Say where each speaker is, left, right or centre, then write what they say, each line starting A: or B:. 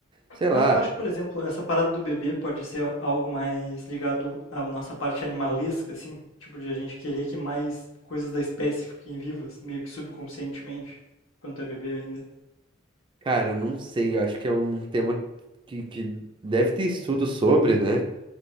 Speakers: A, on the right; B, on the left.
A: sei lá.
B: Mas eu não acho que, por exemplo, essa parada do bebê pode ser algo mais ligado à nossa parte animalesca, assim? Tipo, de a gente querer que mais coisas da espécie fiquem vivas, meio que subconscientemente, quando tu é bebê ainda.
A: Cara, eu não sei, eu acho que é um tema que, que deve ter estudo sobre, né?